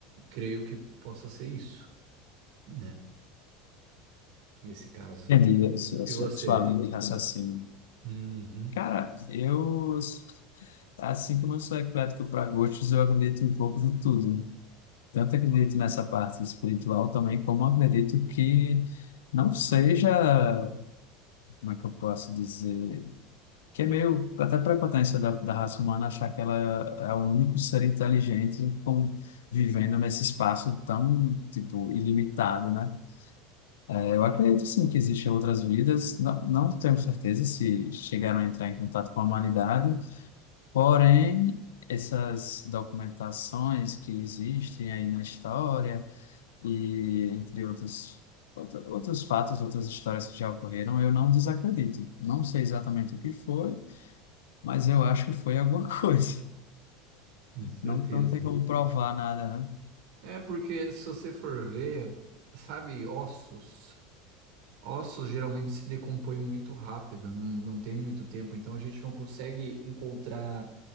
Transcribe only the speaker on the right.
creio que possa ser isso, né? Nesse caso.
E
você?
Uhum.
Com certeza.
É porque se você for ver, sabe, ossos. Ossos geralmente se decompõem muito rápido, não, não tem muito tempo, então a gente não consegue encontrar